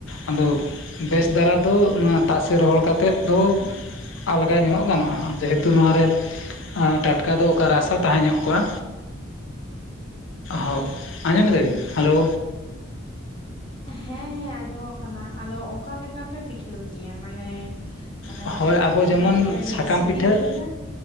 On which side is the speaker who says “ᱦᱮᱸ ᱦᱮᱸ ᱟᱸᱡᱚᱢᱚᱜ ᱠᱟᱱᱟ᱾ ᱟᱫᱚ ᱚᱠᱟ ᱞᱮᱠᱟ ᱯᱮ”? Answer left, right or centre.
Left